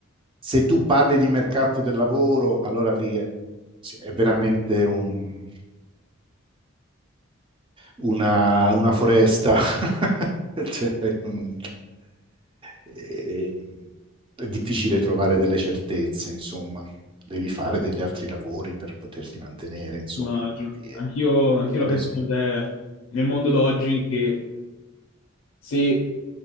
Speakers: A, on the right (about 25°); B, on the left (about 80°).
A: se tu parli di mercato del lavoro, allora lì è, sì, è veramente un una, una foresta. <laughs> Cioè, mm, e- è difficile trovare delle certezze, insomma. Devi fare degli altri lavori per poterti mantenere, insomma.
B: immagino.
A: Quindi, eh,
B: Anch'io anch'io
A: quando
B: la penso
A: si-
B: come te nel mondo d'oggi che se